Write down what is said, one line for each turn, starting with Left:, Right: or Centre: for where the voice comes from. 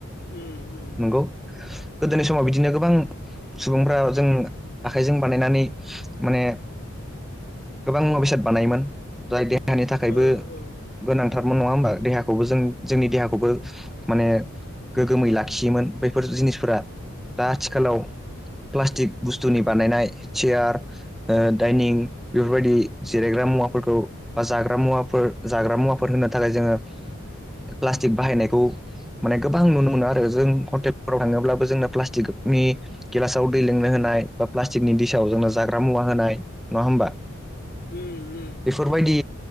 Left: उम उम।
Centre: नंगौ गोदोनि समाव बिदिनो गोबां सुबुंफ्रा जों आखाइजों बानायनानै माने गोबां मुवा बेसाद बानायोमोन। जायनि थाखायबो
Left: ओ ओ
Centre: गोनांथारमोन नङा होबा देहा जोंनि देहाखौबो माने गोगोमै लाखिनोयोमोन बे बेफोर जिनिसफोरा दा आथिखालाव प्लास्टिक बुस्थुनि बानायनाय चयार दाइनिं बेफोरबायदि जिरायग्रा मुवाफोरखौ। बा जाग्रा मुवाफोर जाग्रा मुवाफोर होननो थाखाय जोङो प्लास्टिक बाहायनायखौ माने गोबां नुनो मोनो आरो जों हटेलफोराव थाङोब्लाबो जोंनो प्लास्टिकनि गिलासाव दै लोंनो होनाय बा प्लास्टिकनि दिसाव जोंनो जाग्रा मुवा होनाय नङा होमबा
Left: उम उम
Centre: बेफोरबायदि